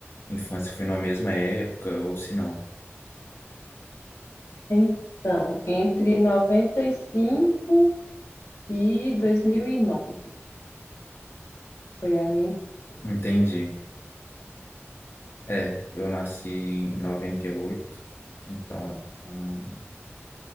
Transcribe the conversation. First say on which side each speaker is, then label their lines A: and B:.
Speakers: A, on the left; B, on the left.
A: Infância foi na mesma época, ou se não.
B: Então, entre 95 e 2009 foi a minha infância.
A: Entendi. É, eu nasci em noventa e oito então hum,